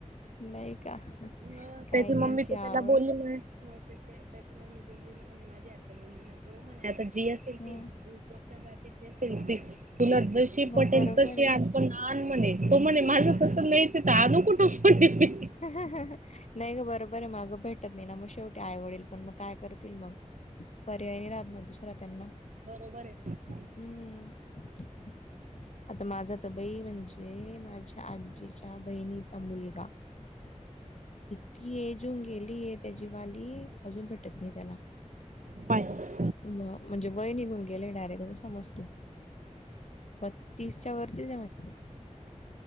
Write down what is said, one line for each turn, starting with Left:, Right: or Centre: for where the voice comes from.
Left: नाही का.
Right: ह
Left: काय
Right: त्याची
Left: कायची
Right: मम्मी तर त्याला
Left: आवड
Right: बोलली म त्याचे. त्या मग मी बोलली माझी ह बोलली ना हो म्हणे आता जी असेल
Left: हं
Right: ती तुला जशी
Left: मग
Right: पटेल
Left: बरोबर
Right: तशी आहे पण आन म्हणे तो म्हणे माझं तसं
Left: हम्म.
Right: नाहीच आहे त तर आनू कुठून म्हणे मी
Left: नाही ग बरोबर आहे मागं भेटत नाही ना मग शेवटी आई वडील पण मग काय करतील मग पर्यायी राहत ना दुसरा त्यांना
Right: बरोबर आहेन.
Left: हम्म, आता माझा तर बई म्हणजे ते माझ्या आजीच्या बहिणीचा मुलगा. इतकी एज होऊन गेलीय त्याची वाली. अजून भेटत नाही त्याला.
Right: पाहय.
Left: म म्हणजे वय निघून गेलय डायरेक्ट असं समज तू. ब- तीसच्या वरतीच आहे. <unintelligible>